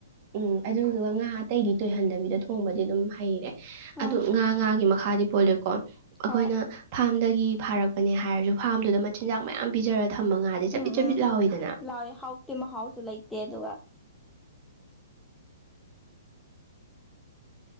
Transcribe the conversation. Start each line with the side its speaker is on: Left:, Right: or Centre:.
Right: <inaudible> ꯎꯝ ꯑꯗꯨꯗꯨꯒ ꯉꯥ ꯑꯇꯩꯗꯤ ꯇꯣꯏꯍꯟꯗꯕꯤꯗ ꯊꯣꯡꯕꯗꯤ ꯑꯗꯨꯝ ꯍꯩꯔꯦ
Centre: ꯎꯝ
Right: ꯑꯗꯨ ꯉꯥ ꯉꯥꯒꯤ ꯃꯈꯥꯗꯤ ꯄꯣꯜꯂꯦꯀꯣ ꯑꯩꯈꯣꯏꯅ
Centre: ꯍꯣꯏ
Right: ꯐꯥꯝꯗꯒꯤ ꯐꯥꯔꯛꯄ ꯍꯥꯏꯔꯁꯨ ꯐꯥꯔꯝꯗꯨꯗ ꯃꯆꯤꯟꯖꯥꯛ ꯃꯌꯥꯝ ꯄꯤꯖꯔꯒꯦ ꯊꯝꯃꯉꯥꯁꯦ
Centre: ꯎꯝ
Right: ꯆꯞꯄꯤꯠ ꯆꯄꯤꯠ
Centre: ꯎꯝ
Right: ꯂꯥꯎꯋꯏꯗꯅꯥꯎ
Centre: ꯂꯥꯎꯋꯦ ꯍꯥꯎꯇꯦ ꯃꯍꯥꯎꯁꯨ ꯂꯩꯇꯦ ꯑꯗꯨꯒ